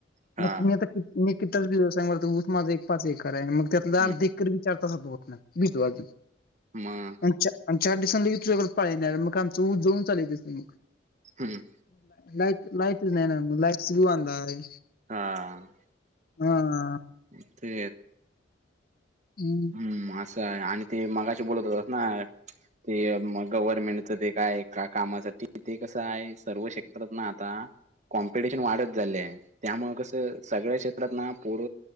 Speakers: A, on the right; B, on the left.
A: हां,
B: मग मी आता कि मी कितीच ब सांगणार च माझा एक पाच एकर आहे मग त्यातला
A: हं,
B: जाग दे. विचार तस बघ बिजूजून <unintelligible>
A: <unintelligible>
B: आणि आणि चार दिसां लगे तुझ्याकडे पाळ येणार मग आमं ऊस जऊन चालयच असं मग
A: हम्.
B: लाईट लाईटच नाही ना लाईटस बीवाध <unintelligible> आहे.
A: हा.
B: हा.
A: हो ते
B: हम्म.
A: हम्म असं आहे आणि ते मगाशी बोलत होतात ना. ते मग गव्हर्मेंटचं ते काय का कामासाठी ते कसं आहे सर्व क्षेत्रात ना आता कॉम्पिटिशन वाढत झालेय त्यामुळं कसं सगळ्या क्षेत्रात ना पोर.